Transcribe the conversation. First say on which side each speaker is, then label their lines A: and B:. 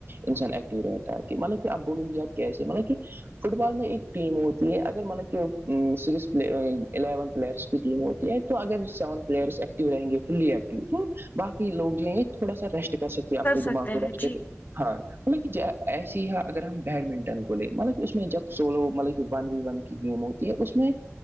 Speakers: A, on the right; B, on the left.
A: انسان ایکٹیو رہتا ہے کہ مطلب کہ آپ بولو گی آپ کیسے مطلب کہ فٹ بال میں ایک ٹیم ہوتی ہے اگر ملنگ کہ سیوک الیون پلیئرس کی ٹیم ہوتی ہے تو اگر سیون پلیئرس ایکٹو رہیں گے فلی ایکٹیو تو باقی لوگ جو ہیں تھوڑا سا ریسٹ کر سکتے ہیں اپنے
B: سکتے
A: دماغ کو
B: ہیں
A: ریسٹ
B: جی
A: ہاں مطلب کہ ایسی ہے اگر ہم بیڈمنٹن کو لیں مطلب کہ اس میں جب سولو مطلب ون ون کی گیم ہو اس میں